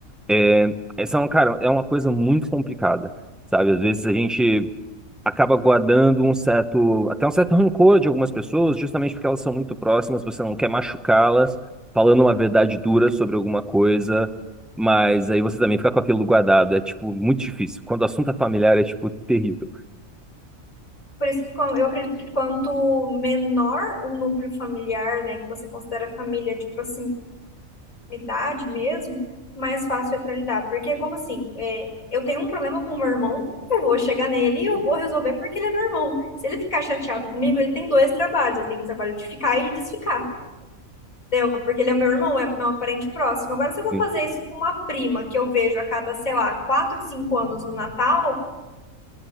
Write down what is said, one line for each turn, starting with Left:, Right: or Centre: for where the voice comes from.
Centre: É, essa é, um- cara, é uma coisa muito complicada, sabe? Às vezes a gente acaba guardando um certo, até um certo rancor de algumas pessoas, justamente porque elas são muito próximas, você não quer machucá-las, falando uma verdade dura sobre alguma coisa, mas aí você também fica com aquilo guardado. É, tipo, muito difícil. Quando o assunto é familiar, é, tipo, terrível.
Left: Por isso que quan- eu acredito que quanto menor o núcleo familiar, né, que você considera família de proximidade, proximidade mesmo, mais fácil é para lidar. Porque, como assim, é, eu tenho um problema com o meu irmão, eu vou chegar nele e eu vou resolver porque ele é meu irmão. Se ele ficar chateado comigo, ele tem dois trabalhos. Ele tem o trabalho de ficar e de desficar. Entendeu? Porque ele é meu irmão, é meu parente próximo. Agora, se eu vou
Centre: Sim,
Left: fazer isso com uma prima que eu vejo a cada, sei lá, quatro, cinco anos no Natal,